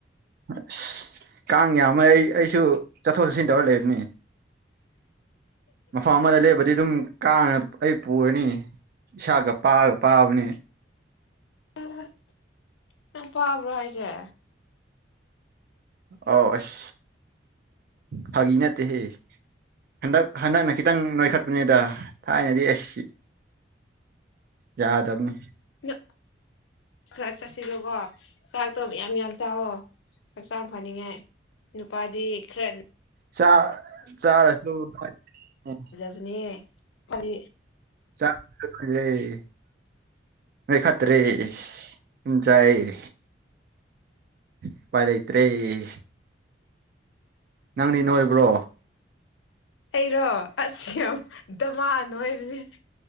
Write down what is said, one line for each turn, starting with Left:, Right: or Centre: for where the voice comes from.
Right: ꯑꯁ ꯀꯥꯡ ꯌꯥꯝꯃ ꯑꯩ ꯑꯩꯁꯨ ꯆꯠꯊꯣꯛ ꯆꯠꯁꯤꯟ ꯇꯧꯔ ꯂꯩꯕꯅꯦ꯫ ꯃꯐꯝ ꯑꯃꯗ ꯂꯦꯞꯕꯗꯤ ꯑꯗꯨꯝ ꯀꯥꯡꯅ ꯑꯩ ꯄꯨꯔꯅꯤ ꯏꯁꯥꯒ ꯄꯥꯒ ꯄꯥꯕꯅꯦ꯫
Left: <unintelligible> ꯅꯪ ꯄꯥꯕ꯭ꯔꯣ ꯍꯥꯏꯖꯦ꯫
Right: ꯑꯥꯎ ꯑꯁ꯫ ꯐꯥꯒꯤ ꯅꯠꯇꯦꯍꯦ ꯍꯟꯗꯛ ꯍꯟꯗꯛꯅ ꯈꯤꯇꯪ ꯅꯣꯏꯈꯠꯄꯅꯤꯗ꯫ ꯊꯥꯏꯅꯗꯤ ꯑꯩꯁꯤ ꯌꯥꯗꯝꯅꯤ꯫
Left: ꯅ ꯈꯔ ꯆꯥꯁꯤꯜꯂꯨꯀꯣ ꯆꯥꯛꯇꯣ ꯃꯌꯥꯝ ꯃꯌꯥꯝ ꯆꯥꯎꯋꯣ ꯍꯛꯆꯥꯡ ꯐꯅꯤꯡꯉꯥꯏ꯫ ꯅꯨꯄꯥꯗꯤ ꯈꯔ
Right: ꯆꯥꯛ ꯆꯥꯔꯁꯨ <unintelligible>
Left: ꯑ‌ꯣꯅꯦ ꯀꯔꯤ
Right: ꯆꯥꯛ <unintelligible> ꯅꯣꯏꯈꯠꯇꯔꯦ ꯎꯝ ꯆꯥꯏꯌꯦ꯫ ꯑꯨꯄꯥꯏ ꯂꯩꯇꯔꯦ꯫ ꯅꯪꯗꯤ ꯅꯣꯏꯕ꯭ꯔꯣ꯫
Left: ꯑꯩꯔꯣ ꯑꯁ ꯌꯥꯝ ꯗꯃꯥꯅ ꯅꯣꯏꯕꯅꯦ꯫